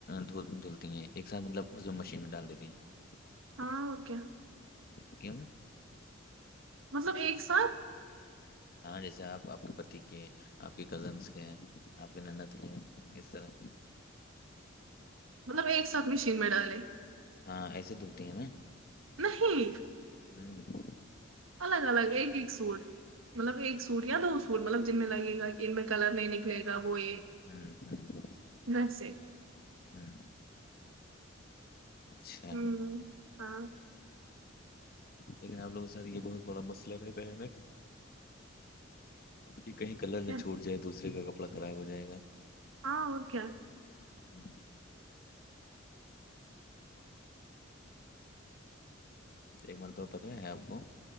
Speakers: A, on the left; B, on the right.
A: دھ دھلتی ہیں ایک ساتھ مطلب اس مشین میں ڈال دیتی ہیں <inaudible>
B: ہاں اوکے <unintelligible>
A: کیم <unintelligible>
B: مطلب ایک ساتھ
A: ہاں جیسے آپ آپ کے پتی کے آپ کے کزنس کے ہیں آپ کی نند کے ہیں اس طرح
B: مطلب ایک ساتھ مشین میں ڈال
A: ہاں ایسے دھلتی ہیں نا
B: نہیں
A: ہوں <inaudible>
B: الگ الگ ایک ایک سوور <unintelligible> مطلب ایک سوٹ یا تو سوٹ مطلب جن میں لگے گا کہ ان میں کلر نہیں نکلے گا وہ یہ
A: ہوں ہ <inaudible>
B: مس <unintelligible> <unintelligible>
A: ہوں <inaudible> اچھا
B: ہوں ہاں
A: لیکن آپ لوگوں کے ساتھ یہ بہت بڑا مسئلہ رہتا ہے نا کہ کہیں کلر
B: کیا
A: نہ چھوٹ جائے دوسرے کا کپڑا خراب ہو جائے گا
B: ہاں اوکے <unintelligible>
A: ہوں ایک مرتب پتاہ ہے آپ کو